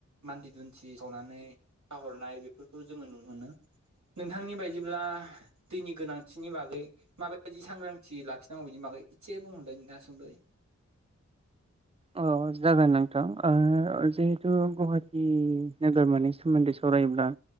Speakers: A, on the right; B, on the right.
A: मानसि दुमसि सावनानै गारहरनाय बेफोरखौ जोङो नुनो मोनो। नोंथांनि बायदिब्ला दैनि गोनांथिनि बागै माबायदि सांग्रांथि लाखिनांगौ बिनि बागै एसे बुंहरदों नोंथाङा सुंदयै।
B: अ जागोन नोंथां ओ जिहेथु गुवाहाटि नोगोरमानि सोमोन्दै सावरायोब्ला